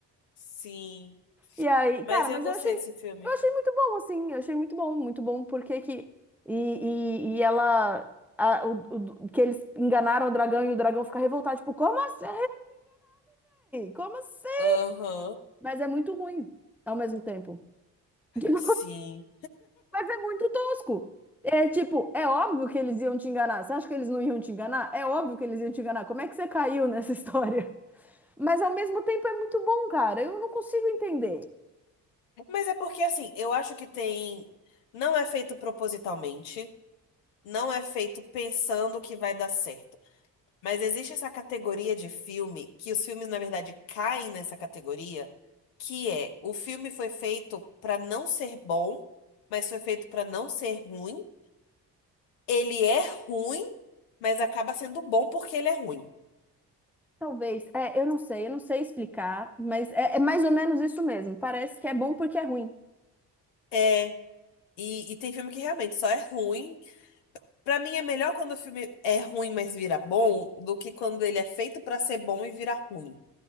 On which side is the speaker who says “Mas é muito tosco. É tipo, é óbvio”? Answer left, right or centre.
Centre